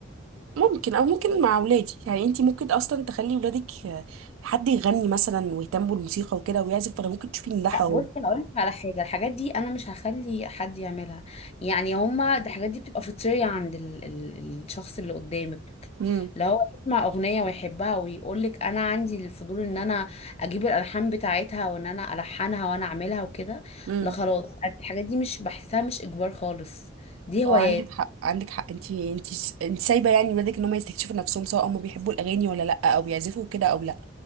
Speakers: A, on the right; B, on the left.
A: ممكن او ممكن مع اولادي يعني انت ممكن اصلا تخلي ولادك آه، حد يغني مثلا ويهتموا بالموسيقى وكده ويعزف فانا ممكن تشوفي ان ده حرام
B: لا بص انا اقول لك على حاجه الحاجات دي انا مش هخلي حد يعملها يعني هما ده- الحاجات دي بتبقى فطريه عند ال ال الشخص اللي قدامك
A: امم
B: لو هو يسمع اغنيه ويحبها ويقول لك انا عندي الفضول ان انا اجيب الالحان بتاعتها وان انا الحنها وانا اعملها وكده
A: امم
B: لا خلاص أنا الحاجات دي مش بحسها مش اجبار خالص دي
A: اه
B: هوايات
A: عندك حق عندك حق انت انت انت سايبه يعني ولادك ان هم يستكشفوا نفسهم سواء هم بيحبوا الاغاني ولا لا او بيعزفوا كده او لا